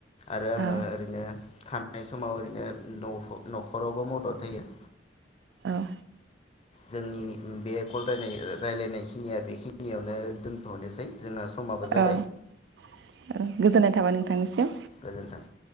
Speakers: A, on the left (about 35°); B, on the right (about 65°).
A: आरो आङो
B: औ
A: ओरैनो थानाय समाव ओरैनो नफ न'खरावबो मदद होयो।
B: बा
A: जोंनि बे कल रायनाय रायलायनाय खिनिया बेखिनियावनो दोनथ'नोसै। जोंहा समाबो जाबाय
B: औ ओ गोजोननाय थाबाय नोंथनिसिम
A: गोजोन्थों।